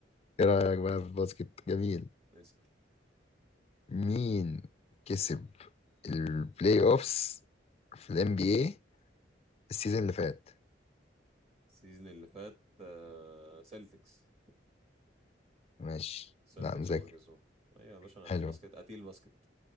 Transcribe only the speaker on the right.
اسأل
السيزون اللي فات آه، سيلتكس
سيلتكس
عمر كسبان ايوه يا باشا انا
باسكت قتيل باسكت